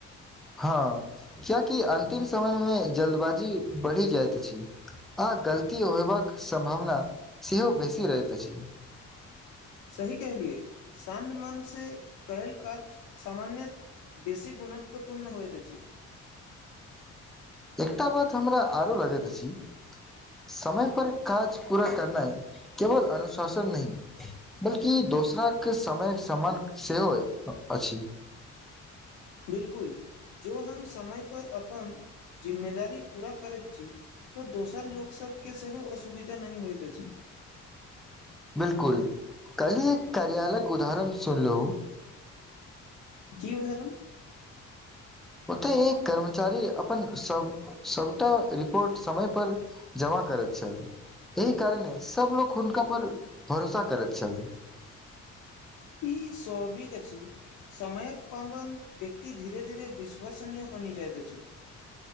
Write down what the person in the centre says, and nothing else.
हँ कियाकि अंतिम समय मे जल्दबाजी बढ़ि जाइत अछि। आ गलती होयबाक सम्भावना सेहो बेसी रहैत अछि।
एकटा बात हमरा आरो लगैत अछि समय पर काज पूरा करनाइ केवल अबशासन नहि ब्लकि दोसराक समायक समान सेहो अछि
बिलकुल कल्हि एक कार्यालयक उदाहरण सुनलू
ओते एक कर्मचारी अपन सब सभटा रिपोर्ट समय पर जमा करैत छल। एहि कारणे सब लोको हुनका पर भरोसा करत छल